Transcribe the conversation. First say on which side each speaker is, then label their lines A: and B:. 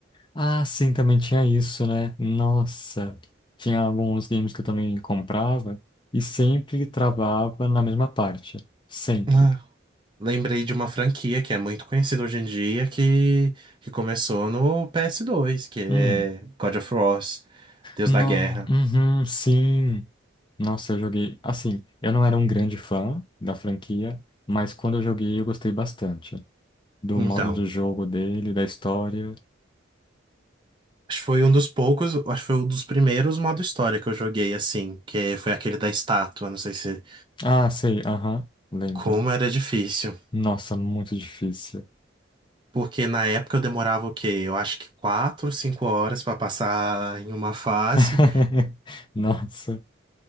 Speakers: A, on the left (about 25°); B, on the right (about 25°).
A: Ah, sim, também tinha isso, né? Nossa, tinha alguns games que eu também comprava e sempre travava na mesma parte. Sempre.
B: Ah, lembrei de uma franquia que é muito conhecida hoje em dia, que, que começou no PS2, que é
A: Hum,
B: God of War, Deus
A: não,
B: da Guerra.
A: uhum, sim. Nossa, eu joguei. Assim, eu não era um grande fã da franquia, mas quando eu joguei eu gostei bastante do
B: Então,
A: modo do jogo dele, da história.
B: acho que foi um dos poucos, acho que foi um dos primeiros modo história que eu joguei assim, que foi aquele da estátua, não sei se...
A: Ah, sei, aham, lembro.
B: Como era difícil.
A: Nossa, muito difícil.
B: Porque na época eu demorava o quê? Eu acho que quatro, cinco horas para passar em uma fase.
A: <laughs> Nossa,